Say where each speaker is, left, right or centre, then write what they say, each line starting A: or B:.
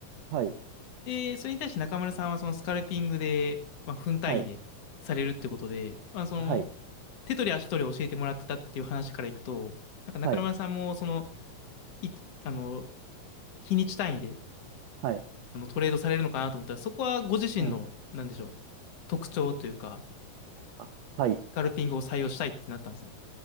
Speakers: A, on the right (about 85°); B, on the left (about 55°).
A: はい、
B: で、それに対して中村さんはそのスカルピングで、まあ、分単位でされるってことで、
A: はい、
B: まあ、その、
A: はい、
B: 手取り足取り教えてもらってたっていう話からいくと、なんか中村さんもその、
A: はい、
B: い、あの、日にち単位で、
A: はい、
B: あのトレードされるのかなと思ったら、そこはご自身の、
A: うん。
B: なんでしょう、特徴というか、
A: あはい。
B: スカルピングを採用したいってなったんですね。